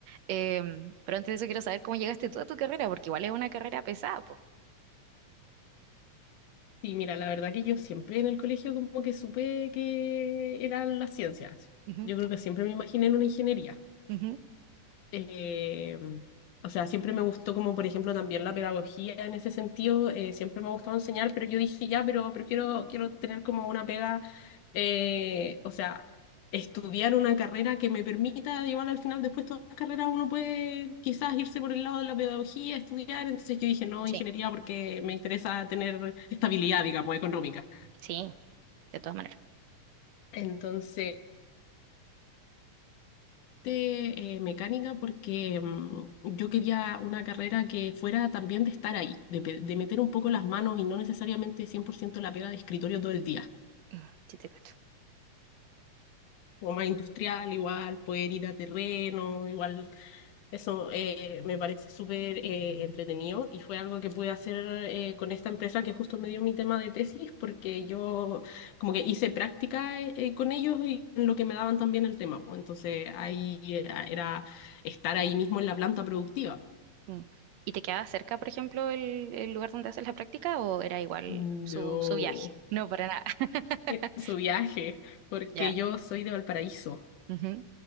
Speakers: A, on the right (about 70°); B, on the left (about 80°).
A: Em, pero antes de eso quiero saber cómo llegaste tú a tu carrera, porque igual es una carrera pesada, pues.
B: Sí, mira, la verdad que yo siempre en el colegio como que supe que eran las ciencias.
A: Ujú,
B: Yo creo que siempre me imaginé en una ingeniería.
A: ujú.
B: Eh, o sea, siempre me gustó como, por ejemplo, también la pedagogía en ese sentido. eh, siempre me ha gustado enseñar, pero yo dije, ya, pero prefiero, quiero tener como una pega, eh, o sea, estudiar una carrera que me permita, igual al final, después todas las carreras uno puede quizás irse por el lado de la pedagogía, estudiar. Entonces yo dije, no,
A: Sí,
B: ingeniería porque me interesa tener estabilidad, digamos, económica.
A: sí, de todas maneras.
B: Entonces, de, eh, mecánica porque mm, yo quería una carrera que fuera también de estar ahí, de, pe- de meter un poco las manos y no necesariamente 100% la pega de escritorio todo el día.
A: Mm, sí te cacho.
B: Como más industrial, igual, poder ir a terreno, igual Eso eh, me parece súper eh, entretenido y fue algo que pude hacer eh, con esta empresa que justo me dio mi tema de tesis porque yo como que hice práctica eh, eh, con ellos y en lo que me daban también el tema, pues entonces ahí era, era estar ahí mismo en la planta productiva.
A: Mm. ¿Y te quedaba cerca, por ejemplo, el, el lugar donde haces la práctica o era igual
B: No,
A: su, su viaje? No, para nada. <laughs>
B: en su viaje, porque
A: Ya.
B: yo soy de Valparaíso
A: Ujú.